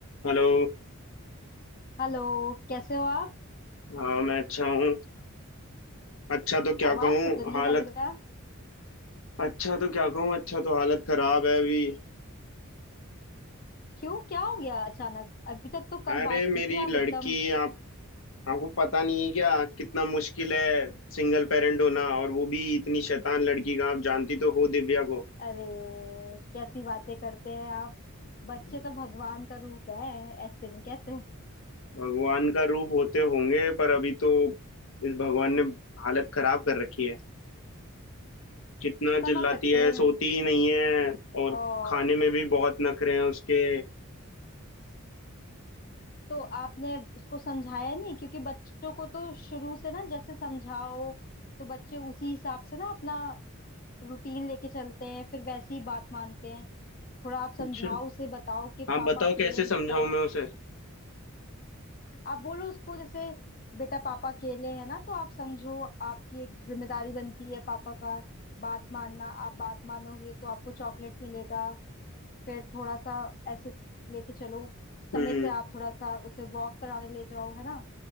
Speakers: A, on the left; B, on the left.
A: Hello
B: Hello कैसे हो आप
A: हाँ मैं अच्छा हूँ अच्छा तो क्या
B: आवाज
A: कहूँ
B: से तो नहीं
A: हालत
B: लग रहा
A: अच्छा तो क्या कहूँ अच्छा तो हालत खराब है अभी
B: क्यों क्या हो गया अचानक अभी तक तो कल
A: अरे
B: बात
A: मेरी
B: की थी आप
A: लड़की
B: एकदम
A: आप आपको पता नहीं है क्या कितना मुश्किल है सिंगल पेरेंट होना और वो भी इतनी शैतान लड़की का आप जानती तो हो दिव्या को
B: अरे कैसी बातें करते हैं आप बच्चे तो भगवान का रूप है ऐसे नहीं कहते
A: भगवान का रूप होते होंगे पर अभी तो इस भगवान ने हालत खराब कर रखी है कितना
B: समझ
A: चिल्लाती
B: सकते
A: है सोती
B: हैं
A: ही नहीं है और
B: और
A: खाने में भी बहुत नखरे हैं उसके
B: तो आपने उसको समझाया नहीं क्योंकि बच्चों को तो शुरू से ना जैसे समझाओ तो बच्चे उसी हिसाब से ना अपना रूटीन लेके चलते हैं फिर वैसी ही बात मानते हैं थोड़ा आप समझाओ
A: अच्छा
B: उसे बताओ कि
A: आप
B: पापा
A: बताओ
B: अकेले
A: कैसे
B: हैं
A: समझाऊं
B: बेटा
A: मैं उसे
B: आप बोलो उसको जैसे बेटा पापा अकेले हैं ना तो आप समझो आपकी एक जिम्मेदारी बनती है पापा का बात मानना आप बात मानोगे तो आपको चॉकलेट मिलेगा फिर थोड़ा सा ऐसे लेके चलो समय
A: हम्म हम्म।
B: से आप थोड़ा सा उसे वॉक कराने ले जाओ है ना